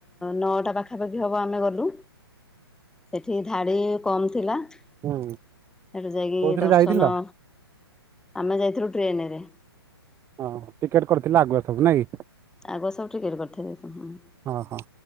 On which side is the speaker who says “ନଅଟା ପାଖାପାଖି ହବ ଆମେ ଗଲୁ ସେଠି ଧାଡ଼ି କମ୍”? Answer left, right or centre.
Centre